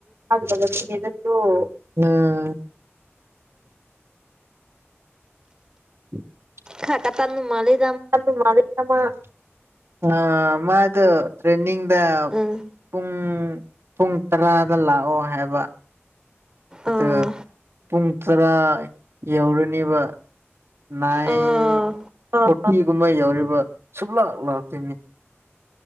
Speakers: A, on the right; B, on the right.
A: ꯑꯗꯨꯛꯇꯣ ꯎꯝ <inaudible>
B: ꯈꯥꯇ ꯇꯅ ꯃꯥ ꯂꯩ
A: <unintelligible> ꯇ꯭ꯔꯦꯟꯅꯤꯡꯗ
B: ꯑꯥ
A: ꯄꯨꯡ ꯄꯨꯡ ꯇꯔꯥꯗ ꯂꯥꯛꯑꯣ ꯍꯥꯏꯕ ꯑ
B: ꯑꯥ
A: ꯄꯨꯡ ꯇꯔꯥ ꯌꯧꯔꯅꯦꯕ ꯅꯥꯏꯟ
B: ꯑꯥ
A: ꯐꯣꯔꯇꯤꯒꯨꯝꯕ ꯌꯎꯔꯤꯕ ꯁꯨꯞꯂꯥꯛ ꯂꯥꯛꯇꯣꯏꯅꯤ